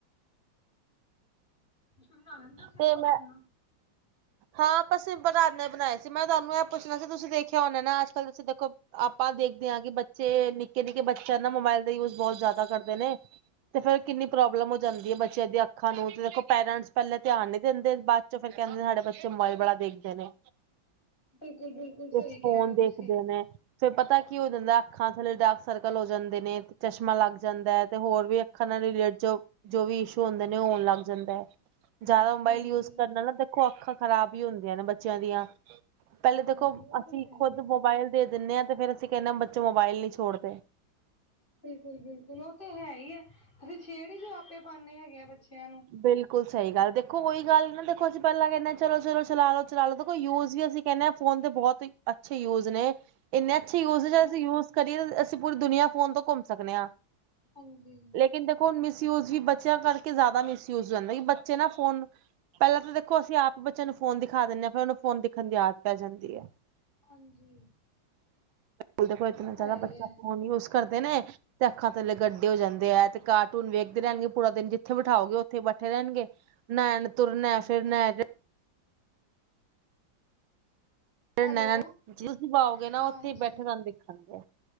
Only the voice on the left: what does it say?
ਤੁਸੀਂ ਬਣਾ ਲੈਂਦੇ ਔ, ਸਿੰਪਲ
ਰਾਜਮਾ।
ਬਿਲਕੁਲ ਬਿਲਕੁਲ ਸਹੀ
ਕਹਿ
ਰਹੇ ਹੋ
ਤੁਸੀਂ
ਹਾਂਜੀ
ਹਾਂਜੀ ਉਹ
ਤਾਂ ਹੈ
ਹੀ ਹੈ
ਬਿਲਕੁਲ ਬਿਲਕੁਲ, ਉਹ ਤੇ ਹੈ ਹੀ ਹੈ, ਅਸੀਂ ਛੇੜ ਹੀ ਜੋ ਆਪੇ ਪਾਉੇਨੇ ਹੈਗੇ ਆ, ਬੱਚਿਆਂ ਨੂੰ
ਹਾਂਜੀ
ਹਾਂਜੀ
ਹਾਂਜੀ ਉਹ
ਤਾਂ ਹੈ ਹੀ
ਹੈ
ਹੈਲੋ
ਹਾਂਜੀ